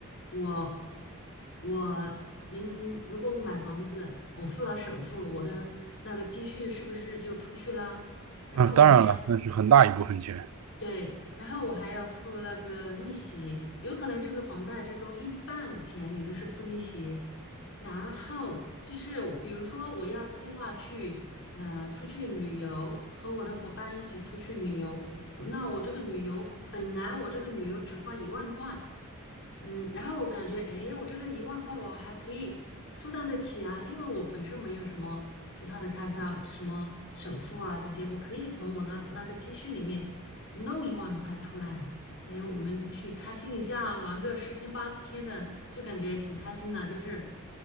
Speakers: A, on the left (about 60°); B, on the right (about 75°).
A: 我我明明如果我买房子，我付了首付，我的那个积蓄是不是就出去啦？然后我还要
B: 嗯，当然了，那是很大一部分钱，
A: 对，然后我还要付那个利息，有可能这个房贷之中一半的钱你都是付利息，然后就是我比如说我要计划去，呃，出去旅游，和我的伙伴一起出去旅游，那我这个旅游本来我这个旅游只花一万块，嗯，然后我感觉，哎，我这个一万块我还可以负担得起啊，因为我本身没有什么其他的开销，什么首付啊这些，我可以从我的那个积蓄里面弄一万块出来，哎，我们去开心一下，玩个十天八天的，就感觉挺开心的，就是